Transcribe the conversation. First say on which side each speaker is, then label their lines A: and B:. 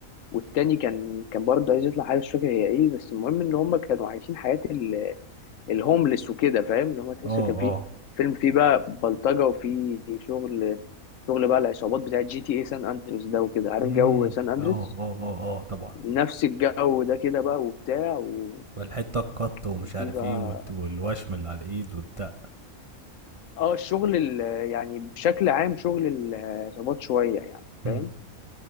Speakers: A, on the left; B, on the right.
A: والتاني كان كان برضه عايز يطلع حاجه مش فاكر هي ايه بس المهم ان هم كانوا عايشين حياه ال- الهوملس وكده فاهم اللي هم تحس
B: اه
A: كان في
B: اه
A: فيلم فيه بقى بلطجه وفيه شغل شغل بقى العصابات بتاعه جي تي اي سان اندريس ده وكده عارف
B: امم
A: جو سان اندريس
B: اه اه اه اه طبعا
A: نفس الجو ده كده بقى وبتاع و-
B: والحته القط ومش
A: وفي
B: عارف
A: بقى
B: ايه والد- والوشم اللي على الايد والدقه
A: اه الشغل ال- يعني بشكل عام شغل العصابات شوية يعني
B: امم
A: فاهم